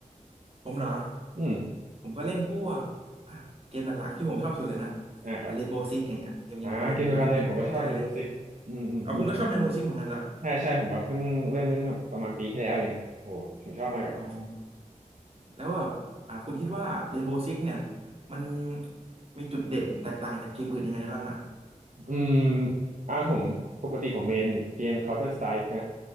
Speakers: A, on the right (about 45°); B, on the right (about 65°).
A: ผมเหรอ
B: อืม
A: ผมก็เล่นพวกอ่ะเกมหลักๆที่ผมชอบสุดเลยนะ
B: อ่าครับ
A: อ่ะเรนโบว์ซิกอย่างเงี้ยเกมยิงปืนอันดับหนึ่งในดวงใจเลย
B: อ่าเกมเดียวกันเลยผมก็ชอบเล่น Rainbow Six อืมอืมอืม
A: เอาคุณก็ชอบเรนโบว์ซิกเหมือนกันเหรอ
B: ใช่ใช่ผมแบบเพิ่งเริ่มเล่นมาประมาณปีที่แล้วเองโหผมชอบมากอะ
A: อ๋อแล้วแบบอ่าคุณคิดว่าเรนโบวซิกเนี่ยมันมีจุดเด่นแตกต่างจากเกมอื่นยังไงบ้างอ่ะ
B: อืมอ่าผมปกติผมเมนเกม Counter Strike นะ